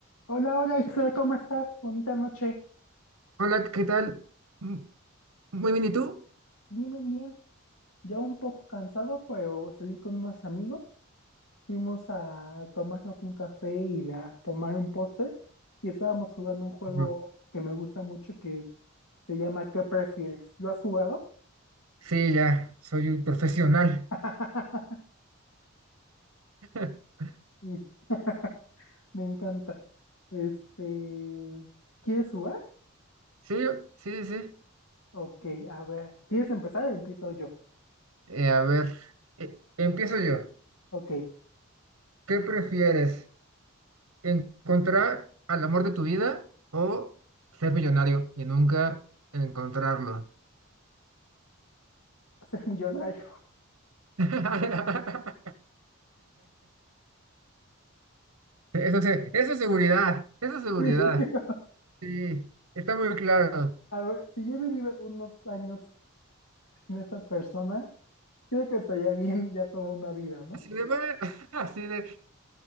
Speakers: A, on the left (about 75°); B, on the right (about 65°).
A: Hola, hola Isra, ¿cómo estás? Bonita noche.
B: Hola, ¿qué tal? Mm, Muy bien, ¿y tú?
A: Bien, bien, bien. Ya un poco cansado, pero salí con unos amigos. Fuimos a tomarnos un café y a tomar un postre. Y estábamos jugando un juego
B: Mm.
A: que me gusta mucho que se llama ¿Qué prefieres? ¿Lo has jugado?
B: Sí, ya, soy un profesional.
A: <laughs>
B: <laughs>
A: Y- <laughs> Me encanta. Este, ¿quieres jugar?
B: Sí, sí, sí.
A: Ok, a ver. ¿Quieres empezar o empiezo yo?
B: Eh, a ver, eh, empiezo yo.
A: Ok,
B: ¿Qué prefieres? ¿Encontrar al amor de tu vida o ser millonario y nunca encontrarlo?
A: ser millonario.
B: <laughs> Eso, se- eso es seguridad, eso es seguridad.
A: <laughs>
B: Sí, está muy claro.
A: A ver, si yo he vivido unos años sin esa persona, creo que estaría bien ya toda una vida, ¿no?
B: Así de, bueno, <laughs> así de,